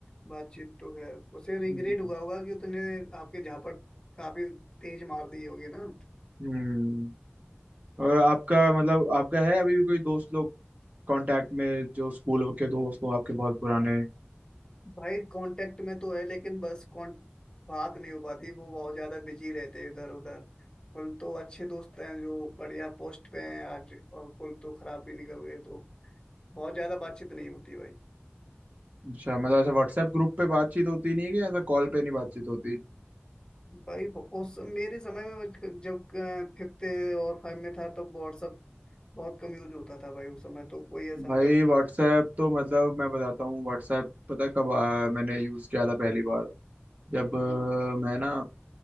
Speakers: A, on the left (about 20°); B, on the right (about 40°).
A: बातचीत तो खैर उसे रिग्रेट
B: हम्म
A: हुआ होगा कि उसने आपके झापट काफी तेज मार दी होगी ना
B: हम्म। और आपका मतलब आपका है अभी भी कोई दोस्त लोग कांटेक्ट में जो स्कूल के दोस्त हो आपके बहुत पुराने
A: भाई कांटेक्ट में तो है लेकिन बस कॉन बात नहीं हो पाती वो बहुत ज्यादा बिजी रहते हैं इधर उधर कुल तो अच्छे दोस्त हैं जो बढ़िया पोस्ट पे हैं आज और कुल तो खराब भी निकल गए तो बहुत ज्यादा बातचीत नहीं होती भाई
B: अच्छा मतलब ऐसा व्हाट्सएप ग्रुप पे बातचीत होती नहीं है कि ऐसा कॉल पे नहीं बातचीत होती
A: भाई ब- उस मेरे समय में मुझ- जब अ, फिफ्थ और फाइव में था तब व्हाट्सअप बहुत कम यूज होता था भाई उस समय तो कोई ऐसा
B: भाई
A: है नहीं
B: व्हाट्सएप तो मतलब मैं बताता हूँ व्हाट्सएप पता है कब आ, मैंने यूज़ किया था पहली बार जब अ,
A: हम्म
B: मैं ना